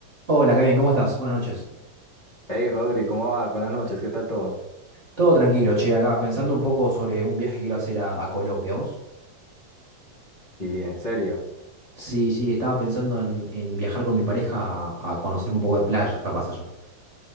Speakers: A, on the right; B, on the left.
A: Hola, Kevin, ¿cómo estás? Buenas noches.
B: Hey Rodri, ¿cómo vas? Buenas noches, ¿qué tal todo?
A: Todo tranquilo, che, acá pensando un poco sobre un viaje que quiero hacer a, a Colombia, ¿vos?
B: Y en serio,
A: Sí, sí, estaba pensando en, en viajar con mi pareja a, a conocer un poco de playas, capaz allá.